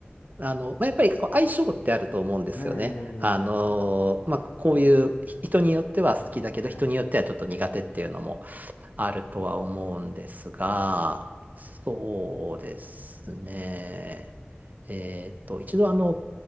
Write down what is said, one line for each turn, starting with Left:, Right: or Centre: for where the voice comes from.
Right: あの、まあ、やっぱりこう相性ってあると思うんですよね。
Left: ええ、
Right: あの、まあ、こういうひ人によっては好きだけど、
Left: はい、
Right: 人によってはちょっと苦手っていうのもあるとは思うんですが、そうですね。えーっと、一度あの、